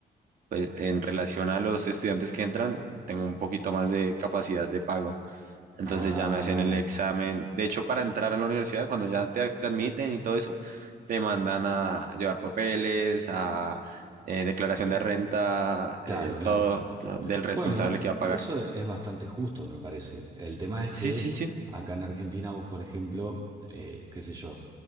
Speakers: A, on the right; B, on the right.
A: pues, en relación a los estudiantes que entran, tengo un poquito más de capacidad de pago. Entonces
B: Ah,
A: ya me hacían el examen. De hecho, para entrar a la universidad, cuando ya te, te admiten y todo eso, te mandan a llevar papeles, a eh, declaración de renta,
B: claro,
A: eh,
B: claro.
A: todo, todo del responsable
B: Bueno, eh,
A: que va a
B: eso
A: pagar.
B: es bastante justo, me parece. El tema es
A: Sí,
B: que
A: sí, sí.
B: acá en Argentina vos, por ejemplo, eh, qué sé yo,